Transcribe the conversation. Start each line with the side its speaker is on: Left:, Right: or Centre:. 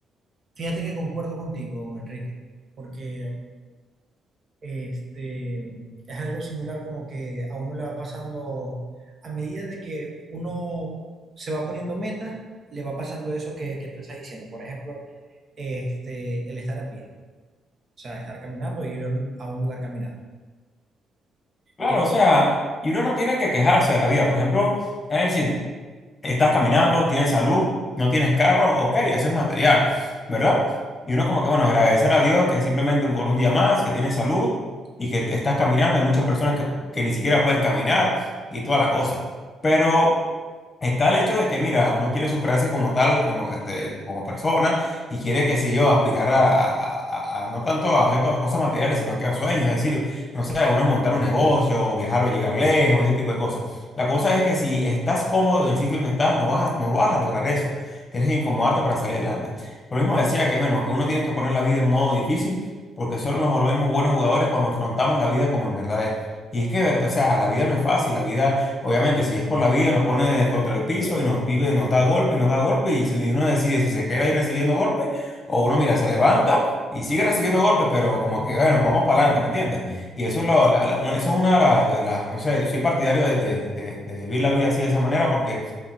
Right: Fíjate que concuerdo contigo, Enrique, porque Este, es algo similar como que a uno le va pasando, a medida de que uno se va poniendo metas, le va pasando eso que, que tú estás diciendo. Por ejemplo, este, el estar a pie, o sea, estar caminando e ir a un, a un lugar caminando.
Left: Claro,
Right: Eh,
Left: o sea, y uno no tiene que quejarse de la vida. Por ejemplo, es decir, Estás caminando, tienes salud, no tienes carro, ok, eso es material, ¿verdad? Y uno como que, bueno, agradecer a Dios que simplemente por un día más, que tienes salud y que te estás caminando. Hay muchas personas que, que ni siquiera pueden caminar y toda la cosa. Pero... Está el hecho de que, mira, uno quiere superarse como tal, como, este, como persona, y quiere, que si yo, aspirar a, a- a- a- a- no tanto a objetos, a cosas materiales, sino que a sueños, es decir, no sé, algunos montar un negocio, o viajar o llegar lejos, ese tipo de cosas. La cosa es que si estás cómodo en el sitio donde estás, no vas, a- no vas a lograr eso. Tienes que incomodarte para salir adelante. Por lo mismo decía que, bueno, que uno tiene que poner la vida en modo difícil, porque solo nos volvemos buenos jugadores cuando afrontamos la vida como en verdad es. Y es que, o sea, la vida no es fácil, la vida... Obviamente, si es por la vida, nos pone contra el piso y nos vive, nos da golpe y nos da golpe. Y si uno decide si se queda ahí recibiendo golpes, o uno, mira, se levanta y sigue recibiendo golpes, pero como que, bueno, vamos para adelante, ¿me entiendes? Ujú. Y eso
Right: Sí,
Left: es, lo,
Right: sí,
Left: la- la- una- eso es una de las, de las, no sé, soy partidario de, de- de- de vivir la vida así de esa manera, porque